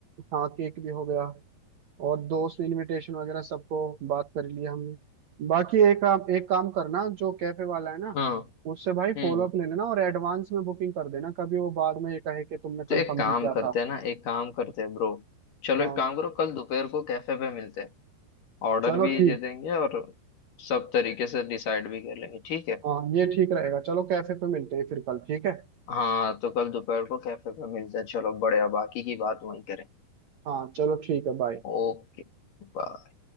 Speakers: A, on the right (about 65°); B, on the left (about 55°).
A: हाँ केक भी हो गया और दोस्त इनविटेशन वगैरह सबको बात कर लिया हमने बाकी एक काम एक काम करना जो कैफे वाला है ना
B: हाँ
A: उससे भाई
B: हम्म
A: फॉलो अप ले लेना और एडवांस में बुकिंग कर देना कभी वो बाद में ये कहे कि तुमने
B: तो
A: कंफर्म
B: एक काम
A: नहीं किया
B: करते
A: था
B: हैं ना एक काम करते हैं ब्रो चलो
A: हाँ
B: एक काम करो कल दोपहर को कैफे पे मिलते हैं ऑर्डर
A: चलो
B: भी
A: ठीक
B: दे देंगे और सब तरीके से डिसाइड भी कर लेंगे ठीक है
A: हाँ ये ठीक रहेगा चलो कैफे पे मिलते हैं फिर कल ठीक है
B: हाँ तो कल दोपहर को कैफे पे मिलते हैं चलो बढ़िया बाकी की बात वहीं करें
A: हाँ चलो ठीक है बाय
B: Okay bye